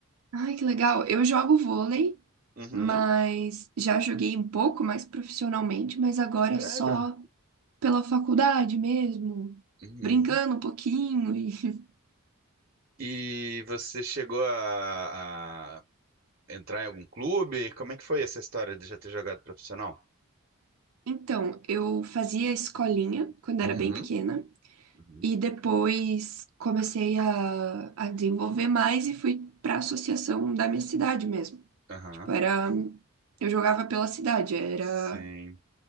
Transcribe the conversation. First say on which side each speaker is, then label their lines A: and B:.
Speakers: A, on the right; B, on the right.
A: Ai, que legal. Eu jogo vôlei,
B: Uhum.
A: mas já joguei um pouco mais profissionalmente, mas agora
B: Sério?
A: é só pela faculdade mesmo,
B: Uhum.
A: brincando um pouquinho. e- <laughs>
B: E você chegou a, a entrar em algum clube? Como é que foi essa história de já ter jogado profissional?
A: Então, eu fazia escolinha quando era
B: Uhum.
A: bem pequena
B: Uhum.
A: e depois comecei a, a desenvolver mais e fui para a associação da minha cidade mesmo.
B: Aham.
A: Tipo, era, eu jogava pela cidade, era
B: Sim.